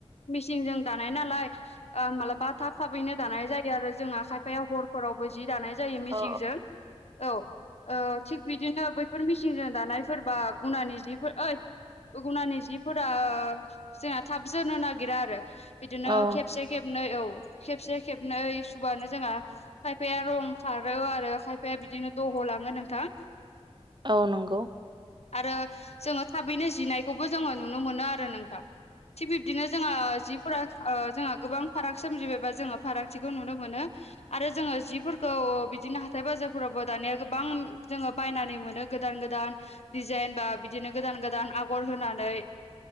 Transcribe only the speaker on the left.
मिसिनजों दानाय नालाय ओ मालाबा थाब थाबैनो दानाय जायो आरो जोंहा खायफाया हरफोरावबो जि दानाय जायो मेचिनजों
औ औ थिग बिदिनो बैफोर मिचिनजों दानायफोर बा गुनानि जिफोर ओइ गुगुनानि जिफोरा जोंना थाब जोरनो नागिरा आरो बिदिनो
खेबसे खेबनै औ खेबसे खेबनै सुबानो जोंहा खायफाया रं खारो आरो खायफाया बिदिनो दह' लाङो नोंथां
आरो जोङो थाबैनो जिनायखौबो जोङो नुनो मोनो आरो नोंथां थिग बिब्दिनो जोंङो जिफोरा जोंहा गोबां फाराग सोमजिबाय एबा जोङो फारागथिखौ नुनो मोनो आरो जोङो जिफोरखौ बिदिनो हाथाय बाजारफोरावबो दानिया गोबां जोङो बायनानै मोनो गोदान गोदान दिडिजाइन बा बिदिनो गोदान गोदान आगर होनानै